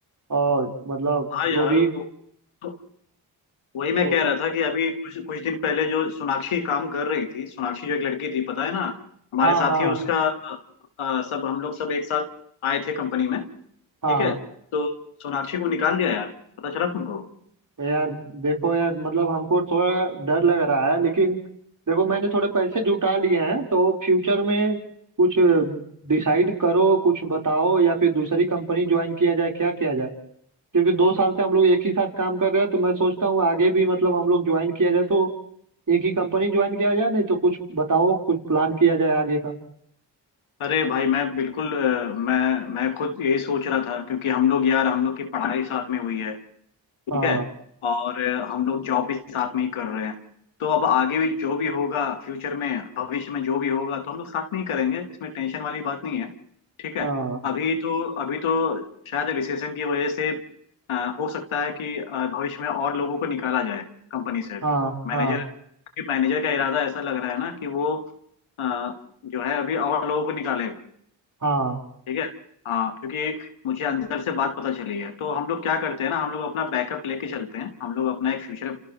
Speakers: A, on the right; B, on the left.
A: और मतलब
B: हाँ
A: जो
B: यार
A: भी
B: वो- तो वही मैं
A: तो,
B: कह रहा था कि अभी कुछ कुछ दिन पहले जो सोनाक्षी काम कर रही थी सोनाक्षी जो एक लड़की थी पता है ना हमारे
A: हाँ
B: साथ
A: हाँ
B: ही उसका अ, अ, सब हम लोग सब एक साथ आए थे कंपनी में ठीक
A: हाँ
B: है तो सोनाक्षी को निकाल दिया यार पता चला तुमको
A: यार देखो यार मतलब हमको थोड़ा डर लग रहा है लेकिन देखो मैंने थोड़े पैसे जुटा लिए हैं तो फ्यूचर में कुछ डिसाइड करो कुछ बताओ या फिर दूसरी कंपनी ज्वाइन किया जाए क्या किया जाए क्योंकि दो साल से हम लोग एक ही साथ काम कर रहे हैं तो मैं सोचता हूँ आगे भी मतलब हम लोग ज्वाइन किया जाए तो एक ही कंपनी ज्वाइन किया जाए नहीं तो कुछ बताओ कुछ प्लान किया जाए आगे का
B: अरे भाई मैं बिल्कुल अ, मैं मैं खुद यही सोच रहा था क्योंकि हम लोग यार हम लोग की पढ़ाई साथ में हुई है ठीक
A: हाँ
B: है और अ, हम लोग जॉब भी साथ में ही कर रहे हैं तो अब आगे भी जो भी होगा फ्यूचर में भविष्य में जो भी होगा तो हम लोग साथ में ही करेंगे इसमें टेंशन वाली बात नहीं है ठीक है
A: हाँ
B: अभी तो अभी तो शायद रिसेशन की वजह से अ, हो सकता है कि अ, भविष्य में और लोगों को निकाला जाए कंपनी से अभी
A: हाँ
B: मैनेजर
A: हाँ
B: मैनेजर का इरादा ऐसा लग रहा है ना कि वो अ, जो है अभी और लोगों को निकालेगा
A: हाँ
B: ठीक है हाँ क्योंकि मुझे अंदर से बात पता चली है तो हम लोग क्या करते हैं ना हम लोग अपना बैकअप लेके चलते हैं हम लोग अपना एक फ्यूचर